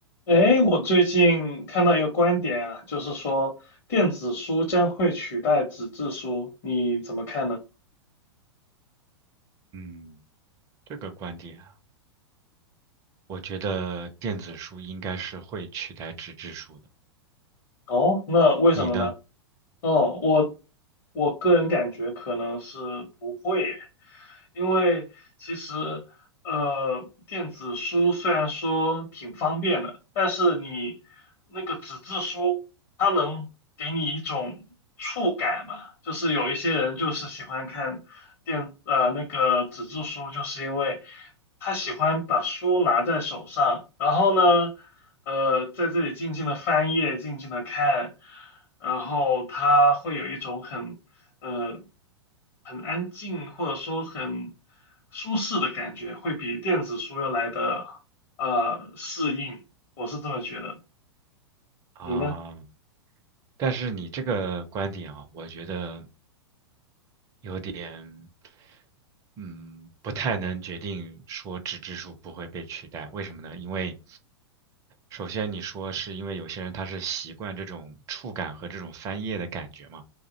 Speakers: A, on the left; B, on the right.
A: 哎，我最近看到一个观点啊，就是说电子书将会取代纸质书，你怎么看呢？
B: 嗯，这个观点啊，我觉得电子书应该是会取代纸质书的。
A: 哦，那为什么呢？
B: 你呢？
A: 哦，我我个人感觉可能是不会，因为其实呃，电子书虽然说挺方便的，但是你那个纸质书，它能给你一种触感嘛，就是有一些人就是喜欢看电呃那个纸质书，就是因为他喜欢把书拿在手上，然后呢。呃，在这里静静的翻页，静静的看，然后它会有一种很呃很安静或者说很舒适的感觉，会比电子书要来的呃适应，我是这么觉得。
B: 啊，
A: 你呢？
B: 但是你这个观点啊，我觉得有点。嗯，不太能决定说纸质书不会被取代，为什么呢？因为首先你说是因为有些人他是习惯这种触感和这种翻页的感觉嘛，